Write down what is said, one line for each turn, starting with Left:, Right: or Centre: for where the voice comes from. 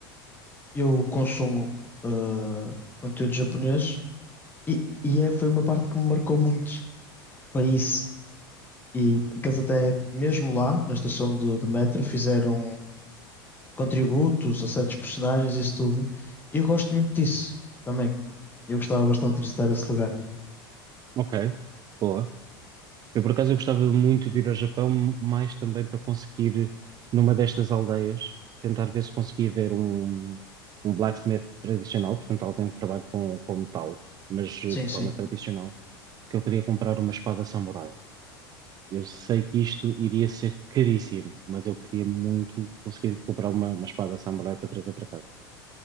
Left: eu consumo eh, conteúdo japonês e, e é, foi uma parte que me marcou muito. Foi isso. E que eles até, mesmo lá, na estação de, de metro, fizeram contributos a certos personagens e isso tudo. E eu gosto muito disso também. Eu gostava bastante de visitar esse lugar.
Right: ok, boa. Eu, por acaso, eu gostava muito de ir ao Japão, mais também para conseguir, numa destas aldeias, tentar ver se conseguia ver um, um blacksmith tradicional, portanto, alguém que trabalhe com, com metal, mas eh,
Left: Sim,
Right: de
Left: sim.
Right: forma tradicional, porque eu queria comprar uma espada samurai. Eu sei que isto iria ser caríssimo, mas eu queria muito conseguir comprar uma, uma espada samurai para trazer para casa.